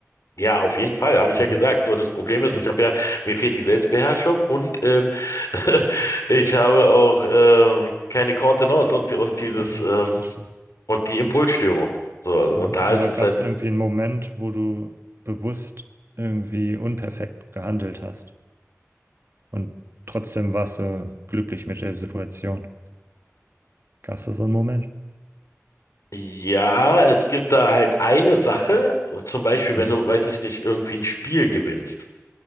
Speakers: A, on the left; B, on the right.
A: Ja, auf jeden Fall, habe ich
B: Mhm.
A: ja gesagt. Nur das Problem ist,
B: Okay,
A: ich habe ja, mir fehlt die Selbstbeherrschung und ähm, <laughs> ich habe auch äh, keine Kontenance und, und dieses
B: aha,
A: ähm,
B: verstehe.
A: und die Impulsstörung. So, und
B: Mhm.
A: da
B: Aber
A: ist es
B: gab
A: halt
B: es irgendwie einen Moment, wo du bewusst irgendwie unperfekt gehandelt hast und trotzdem warst du glücklich mit der Situation? Gab es da so einen Moment?
A: Ja, es gibt da halt eine Sache, zum Beispiel,
B: Hm.
A: wenn du, weiß ich nicht, irgendwie ein Spiel gewinnst.